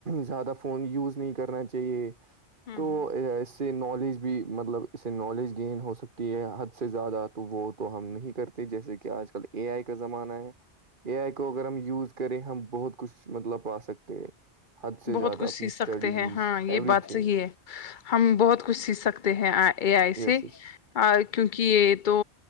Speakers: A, on the right; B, on the left.
A: زیادہ فون یوز نہیں کرنا چاہیے
B: ہوں
A: تو اس سے نالج بھی مطلب اس سے نالج گین ہو سکتی حد سے زیادہ تو وہ تو ہم نہیں کرتے جیسے کہ آج کل اے آئی کا زمانہ ہے اے آئی کو اگر ہم یوز کریں ہم بہت کچھ مطلب پا سکتے ہیں حد سے
B: بہت
A: زیادہ
B: کچھ سیکھ
A: اپنی اسٹڈیز
B: سکتے ہیں ہاں یہ
A: ایوری
B: بات
A: تھنگ
B: صحیح ہے ہم بہت کچھ سیکھ سکتے ہیں اے آئی
A: یس
B: سے
A: یس
B: کیونکہ یہ تو